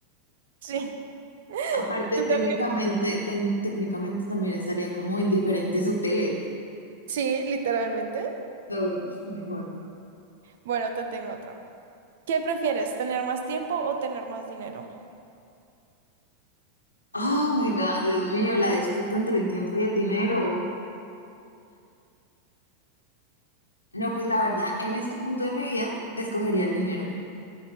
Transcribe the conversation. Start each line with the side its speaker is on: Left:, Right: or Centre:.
Right: Sí, <laughs>
Left: Aparte,
Right: tú
Left: técnicamente,
Right: también.
Left: tec- técnicamente también estaría como en diferentes hoteles.
Right: Sí, literalmente.
Left: So, mejor.
Right: Bueno, te tengo otro. ¿Qué prefieres, tener más tiempo o tener más dinero?
Left: Oh my God, Dios mío, la disputa entre el tiempo y el dinero. No, pues la verdad, en este punto de mi vida, escogería el dinero.